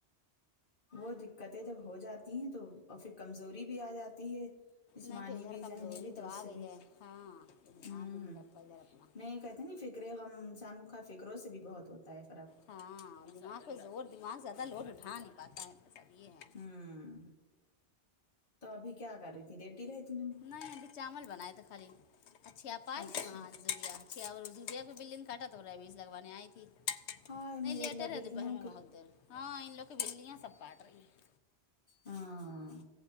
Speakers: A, on the left; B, on the left.
A: وہ دقتیں جب ہو جاتی ہیں تو اور پھر کمزوری بھی آ جاتی ہے جسمانی
B: نہیں تو ادھر
A: بھی
B: کمزوری
A: ذہنی بھی تو اس
B: آ
A: سے
B: گئی
A: بھی
B: ہے ہاں دھیان
A: ہوں
B: بھی نہیں رکھتا ادھر اپنا
A: نہیں یہ کہتے نہیں فر فکر ہے غم انسانوں کا فکروں سے بھی بہت ہوتا ہے فرق
B: ہاں دماغ پہ زور دماغ زیادہ لوڈ اٹھا نہیں پاتا ہے سب یہ ہے
A: ہوں تو ابھی کیا کرے لیٹی رہتی ہوں
B: نہیں ابھی چاول بنائے تھے خالی اچھی آپائی
A: اچھا
B: تو وہاں <unintelligible> بلن کاٹا تو ابز لگانے آئی تھی
A: ہائے میرے
B: نہیں لیٹر
A: اللہ بلیوں
B: ہے دوپہر میں
A: کے
B: بہت دیر ہاں ان لوگ کی بلیاں سب کاٹ رہی ہیں
A: ہاں